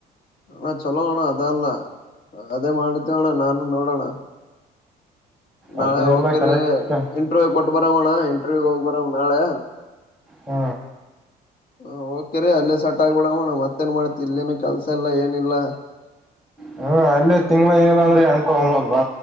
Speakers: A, on the left; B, in the centre.
A: ಹ ಚಲೋ ಅಣ್ಣ ಅದಲ್ಲ ಅದೇ ಮಾಡತೇವಣ್ಣ ನಾನು ನೋಡೋಣ ನಾಳೆ
B: ಅದೇ
A: ಹೋಗ್ತರಿ
B: ಎಲ್ಲ ಕರೆಕ್ಟ್
A: ಇಂಟ್ರವ್ಯೂ ಕೊಟ್ ಬರವಣ ಇಂಟ್ರವ್ಯೂ ಹೋಗ್ ಬರವ ನಾಳೆ
B: ಹ್ಮ
A: ಹ ಹೋಗ್ತರಿ ಅಲ್ಲೇ ಸಟ್ ಆಗ್ಬಿಡಮ್ಮಣ ಮತ್ತೇನ್ ಮಾಡತಿ ಇಲ್ಲಿನು ಕೆಲ್ಸ ಇಲ್ಲಾ ಏನಿಲ್ಲಾ
B: ಹ್ಮ್ ಅಲ್ಲೇ ತಿಂಗಗಳ ಏನಿಲ್ಲ ಅಂದ್ರ ಎಂಟು ಒಂಬತ್ತು